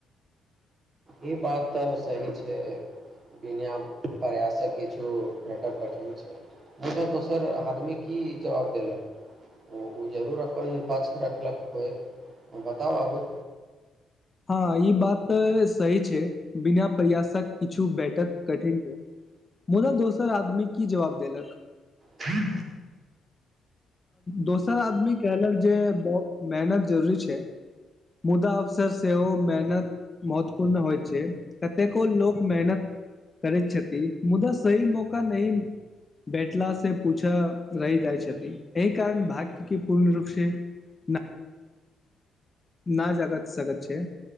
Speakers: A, on the right (about 40°); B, on the left (about 25°).
A: ई बात तऽ सही छै बिना प्रयासक किछो भेटब कठिन छै मुदा दोसर आदमी की जवाब देलक ओ जरूर अपन पाछ रखलक होय बताउ आगू
B: ह ई बात तऽ सही छै बिना प्रयासक किछु भेटत कठिन छै मुदा दोसर आदमी की जवाब देलक
A: हँ
B: दोसर आदमी कहलक जे ब मेहनत जरूरी छै मुदा अवसर सेहो मेहनत महत्वपूर्ण होइत छै कतेको लोक मेहनत करैत छथि मुदा सही मौका नही भेठला से पूछऽ रहि जाइ छथि एहि कारण भाग्यके पूर्ण रूपसँ न न जाग सकैत छै